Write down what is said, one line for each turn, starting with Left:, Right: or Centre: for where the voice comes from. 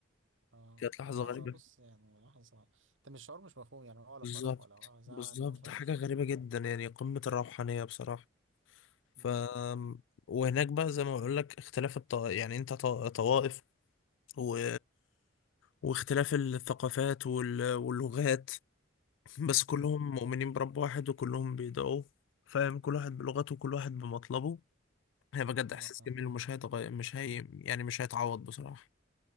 Right: اه
Left: كانت لحظة
Right: لحظة
Left: غريبة
Right: بص يعني لحظة ده مش شعور مش مفهوم يعني ولا
Left: بالظبط
Right: فرح ولا زعل
Left: بالظبط
Right: هو شعور
Left: حاجة
Right: مش
Left: غريبة
Right: مفهوم
Left: جدا يعني قمة الروحانية بصراحة ف
Right: مم.
Left: وهناك بقى زي ما بقول لك اختلاف الط... يعني انت ط... طوائف و... واختلاف الثقافات وال... واللغات بس كلهم
Right: مم.
Left: مؤمنين برب واحد وكلهم بيدعوه فاهم كل واحد بلغته وكل واحد بمطلبه هي بجد
Right: اه
Left: احساس
Right: اه
Left: جميل ومش هيتغير مش هي يعني مش هيتعوض بصراحة